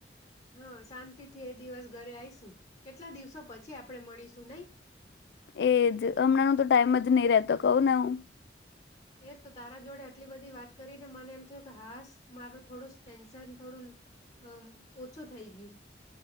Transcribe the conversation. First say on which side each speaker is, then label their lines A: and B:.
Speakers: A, on the left; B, on the left.
A: હા શાંતિથી એ દિવસ ઘરે આવીઈશું કેટલા દિવસો પછી આપણેે મળીશું નહી
B: એજ હમણાં ન તો ટાઈમ જ નહી રતો કહું ને હું
A: એજ તો તારા જોડે આટલી બધી વાત કરીને મને એમ થયું કે હાાસ મારું થોડું ટેન્શન થોડું અ ઓછું થઈ ગયું